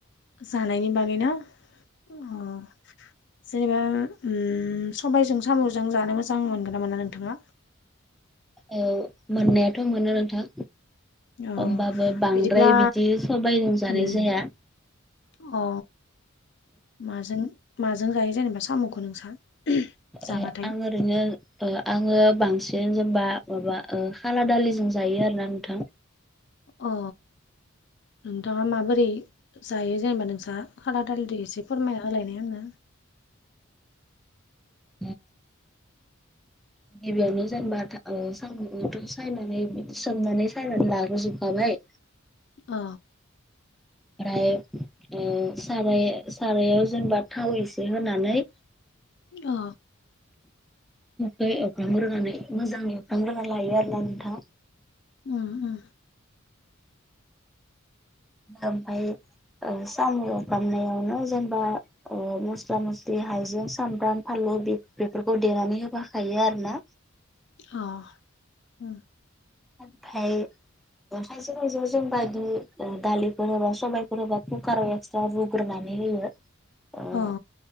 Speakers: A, on the left (about 55°); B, in the centre.
A: जानायनि बागैना अ। जेनेबा ओम सबायजों साम'जों जानो मोजां मोनगोन ना मोना नोंथाङा?
B: औ मोननायाथ' मोनो नोंथां।
A: अ
B: होमबाबो बांद्राय
A: बिदिब्ला
B: बिदि सबाय जों जानाय
A: उम
B: जाया।
A: अ माजों माजों जायो जेनेबा? साम'खौ नोंसा जाबाथाय।
B: आं ओरैनो ओ आङो बांसिन जेनबा माबा ओ खाला दालिजों जायो आरोना नोंथां।
A: अ नोंथाङा माबोरै जायो जेनेबा नोंसहा खाला दालिजों एसे फोरमायना होलायनाय आंनो।
B: <inaudible> गिबियावनो जेनेबा ओ सामुंथ' सायनानै सोमनानै सायनानै लाग्रोजोबखाबाय।
A: अ।
B: ओफ्राय ओ सार सारायाव जेनेबा थाव एसे होनानै
A: अ
B: खै एवफ्रामनानै मोजाङै एवग्राना लायो आरोना नोंथां।
A: उम उम।
B: ओमफ्राय ओ साम' एवफ्रामनायावनो जेनेबा ओ मस्ला मस्लि हाइजें सामब्राम फानलु बेफोरखौ देनानै होफाखायो आरोना।
A: अ ओ।
B: ओमफ्राय खायसे खायसेआ जोंब बिदि दालिफोर होबा सबायफोर होबा कुकाराव स्रा रुग्रोनानै होयो। ओ
A: अ।